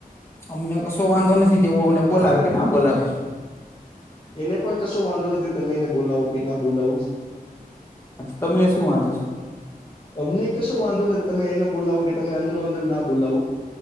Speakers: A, on the left (about 15°); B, on the left (about 30°).
A: અમને કશો વાંધો નથી કેવો અમને બોલાવે કે ના બોલાવે.
B: એને પણ કશો વાંધો નથી તમે એને બોલાવો કે ના બોલાવો.
A: તમને શું વાંધો છે?
B: અમને તો કશું વાંધો નથી તમે એને બોલાવો કે તમે અંદરો અંદર ના બોલાવો.